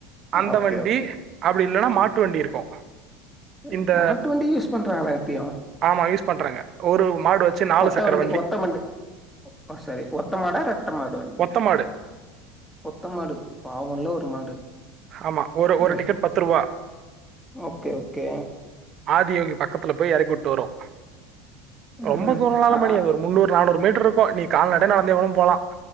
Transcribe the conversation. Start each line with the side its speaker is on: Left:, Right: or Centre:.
Right: அந்த
Centre: ஓகே,
Right: வண்டி
Centre: ஓகே.
Right: அப்படி இல்லன்னா
Centre: அ
Right: மாட்டு வண்டி இருக்கும்
Centre: அ
Right: இந்த
Centre: மாட்டு வண்டி யூஸ் பண்றாங்களா இப்பயும்?
Right: ஆமா யூஸ் பண்றாங்க ஒரு மாடு வச்சு நாலு
Centre: ஒத்த
Right: சக்கர
Centre: வண்டி ஒத்த வண்டி ஓ சாரி ஒத்தமாடா ரெட்டமாடு வண்டி
Right: ஒத்த மாடு
Centre: ஒத்த மாடு இப்போ அவங்கள ஒரு மாடு
Right: ஆமா ஒரு ஒரு
Centre: ம்
Right: டிக்கெட் பத்து ரூபா
Centre: ஓகே ஓகே
Right: ஆதியோகி பக்கத்துல போய் இறக்கி வுட்டு வரும்
Centre: ம்.
Right: ரொம்ப தூரம் நால
Centre: ஆ
Right: மணி அது ஒரு முன்னூறு நானூறு மீட்டர் இருக்கும் நீ கால்நட இல்லேனா <unintelligible> இவனு போலா